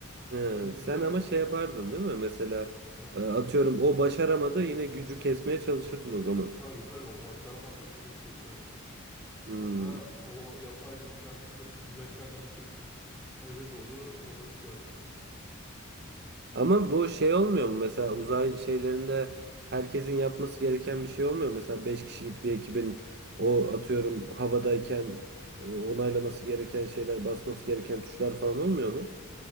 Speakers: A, on the right; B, in the centre.
A: He,
B: Ben
A: sen
B: ben
A: ama şey yapardın değil mi mesela
B: Aha.
A: e, atıyorum o başaramadı yine gücü kesmeye çalışırdın o zaman.
B: tabii tabii o başaramazsa direkt keserdim hiç.
A: Hmm.
B: Sonra o yapay zekanın işte bileşenlerini söküp eve doğru yola çıkardım.
A: Ama bu şey olmuyor mu? Mesela uzay şeylerinde
B: Hı.
A: herkesin yapması gereken bir şey olmuyor. mu? Mesela 5 kişilik bir ekibin
B: Hı
A: o
B: hı.
A: atıyorum havadayken e, onaylaması gereken şeyler, basması gereken tuşlar falan olmuyor mu?